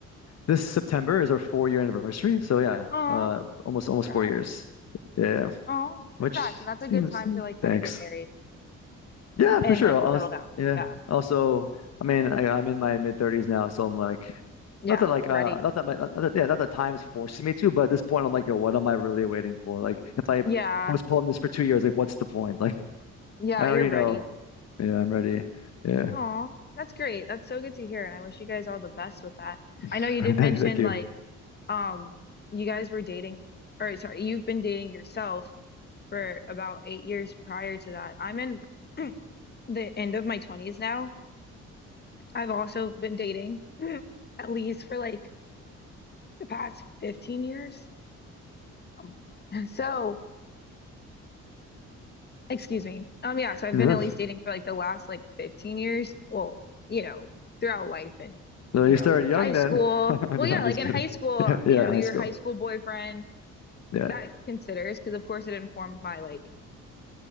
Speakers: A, on the left; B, on the left.
A: this September is our four year anniversary, so yeah,
B: Oh,
A: uh almost almost
B: congrats.
A: four years, yeah, yeah, yeah.
B: Oh,
A: which
B: congrats. And that's
A: seems
B: a good time to like
A: thanks.
B: kind of get married
A: Yeah,
B: and
A: for sure.
B: like
A: Also,
B: settle down.
A: yeah.
B: Yeah.
A: Also, I mean, I, I'm in my mid thirties now, so I'm like,
B: Yeah.
A: not that like,
B: Ready.
A: uh, not that my, not that, yeah, not that time's forcing me to, but at this point, I'm like, yo, what am I really waiting for? Like, if I
B: Yeah.
A: postpone this for two years, like, what's the point? Like,
B: Yeah,
A: I already
B: you're ready.
A: know. Yeah, I'm ready. Yeah,
B: Oh, that's great. That's so good to hear. And I wish you guys all the best with that.
A: <laughs>
B: I know you did mention
A: thank, thank you.
B: like um you guys were dating or sorry, you've been dating yourself for about eight years prior to that. I'm in <clears throat> the end of my 20s now. I've also been dating <clears throat> at least for like the past 15 years. Oh my- <laughs> So Excuse me. Um, yeah, so I've
A: Yeah.
B: been at least dating for like the last like 15 years. Well, you know, throughout life and,
A: So
B: you
A: you
B: know,
A: started
B: like
A: young
B: high school.
A: then. <laughs> I'm
B: Well,
A: just,
B: yeah,
A: I'm
B: like
A: just
B: in
A: kidding.
B: high school,
A: <laughs> Yeah, yeah,
B: you know,
A: high
B: your
A: school.
B: high school boyfriend,
A: Yeah.
B: that considers because of course it informed my like,